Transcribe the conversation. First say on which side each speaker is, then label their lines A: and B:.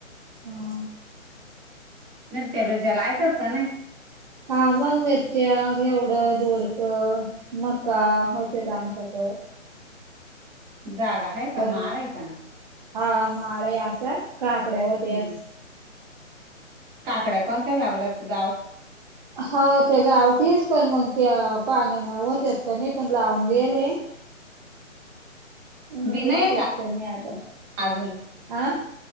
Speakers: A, on the right; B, on the right.
A: हा!
B: मिरच्या बीरच्या लावीतात का नाय?
A: हा मग मिरच्या, घेवड, दोडक मका होत्यात आमच्याकड.
B: जागा आहे का
A: पण
B: माळ आहे का
A: हा माळे असा काकड्या होत्यात.
B: हम्म. काकड्या कोणत्या लावल्यात गाव
A: हा त्या गावठीच पण मग त्या पाण्या होत्यात का नाही पण लावून द्यायालय.
B: <inaudible>
A: ह
B: बी
A: होत्यात
B: नाहीये का
A: नाही आता
B: अजून?
A: आ